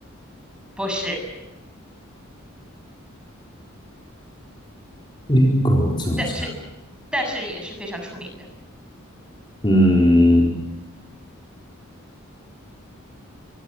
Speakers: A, in the centre; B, on the left.
A: 不是，
B: 英国作家，
A: 但是但是也是非常出名的，
B: 嗯。